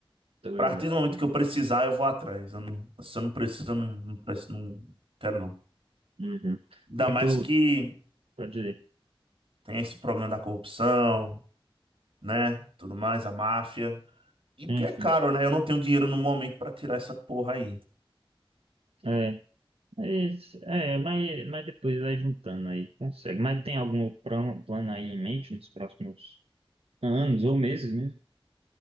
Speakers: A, on the right; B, on the right.
A: Tô
B: A
A: ligado.
B: partir do momento que eu precisar, eu vou atrás. Eu não- se eu não preciso, eu não, não, preciso- não quero, não.
A: Uhum.
B: Ainda
A: Mas
B: mais
A: tu,
B: que
A: pode dizer,
B: tem esse problema da corrupção, né? Tudo mais, a máfia. E porque
A: enfim,
B: é caro, né? Eu não tenho dinheiro no momento pra tirar essa porra aí.
A: é, mas, é, mas, mas depois vai juntando aí, consegue. Mas tem algum plan- plano aí em mente nos próximos anos ou meses mesmo?